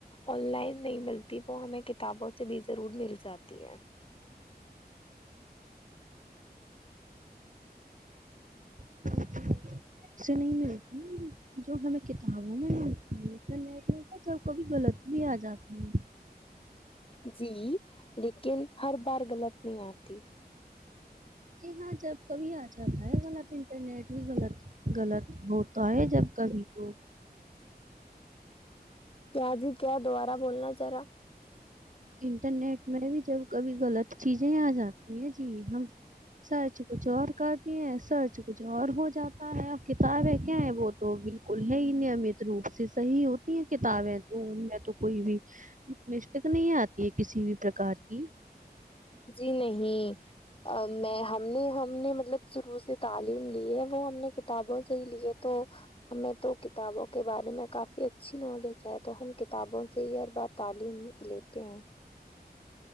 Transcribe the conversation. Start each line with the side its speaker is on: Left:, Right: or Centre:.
Left: آن لائن نہیں ملتی وہ ہمیں کتابوں سے بھی ضرور مل جاتی ہے
Right: ایپ سے نہیں ملتی جو ہمیں کتابوں میں ملتی جب کبھی غلط بھی آ جاتا ہے
Left: جی لیکن ہر بار غلط نہیں آتی
Right: کہ ہاں جب کبھی آ جاتا ہے غلط انٹرنیٹ بھی غلط غلط ہوتا ہے جب کبھی تو
Left: کیا جی کیا دوبارہ بولنا چ رہا
Right: انٹرنیٹ میں بھی جب کبھی غلط چیزیں آ جاتا ہیں جی ہم سرچ کچھ اور کرتے ہیں سرچ کچھ اور ہو جاتا ہے کتابیں کیا ہے وہ تو بالکل ہی نیمت روپ سے صحیح ہوتی ہیں کتابیں تو ان میں تو کوئی بھی مسٹیک نہیں آتی کہ کسی بھی پرکار کی
Left: جی نہیں میں ہم نے ہم نے مطلب شروع سے تعلیم لی ہے وہ ہم نے کتابوں سے ہی لیے تو ہمیں تو کتابوں کے بارے میں کافی اچھی نالج ہے تو ہم کتابوں سے ہی ہر بار تعلیم لیتے ہیں